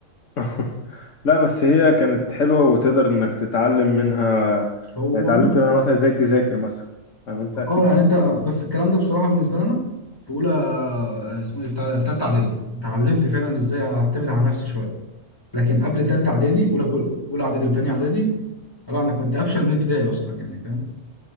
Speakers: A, on the left (about 75°); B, on the left (about 20°).
A: <laughs> لا بس هي كانت حلوة وتقدر انك تتعلم منها
B: هو
A: يعني اتعلمت
B: ممكن
A: منها مثلا ازاي تذاكر مثلا فاهم انت
B: اه
A: اكيد
B: يعني انت بس الكلام ده بصراحة بالنسبة لنا في اولى اسمه ايه في تال- في تالتة اعدادي اتعلمت فعلا ازاي اعتمد على نفسي شوية لكن قبل تالتة اعدادي اولى كل- اولى اعدادي وتانية اعدادي لا انا كنت افشل من ابتدائي اصلا يعني فاهم